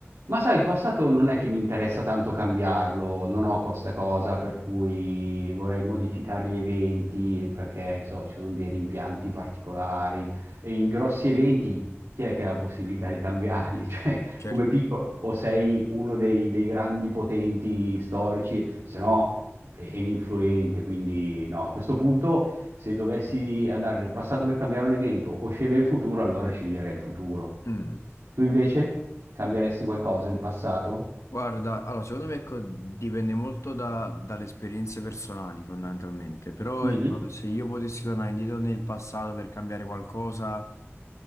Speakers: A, on the right; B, on the left.
A: Ma sai, il passato non è che mi interessa tanto cambiarlo, non ho questa cosa per cui vorrei modificare gli eventi perché so, ci sono dei rimpianti particolari e i grossi eventi, chi è che ha la possibilità di cambiarli? <laughs> Cioè,
B: Certo.
A: come piccolo, o sei uno dei, dei grandi potenti storici, se no è è influente, quindi no, a questo punto se dovessi andare nel passato per cambiare un evento o scegliere il futuro, allora sceglierei il futuro.
B: Mm.
A: Tu invece cambieresti qualcosa nel passato?
B: Guarda, allora, secondo me ecco, dipende molto da- dalle esperienze personali, fondamentalmente. Però
A: Mhm.
B: ecco, se io potessi tornare indietro nel passato per cambiare qualcosa,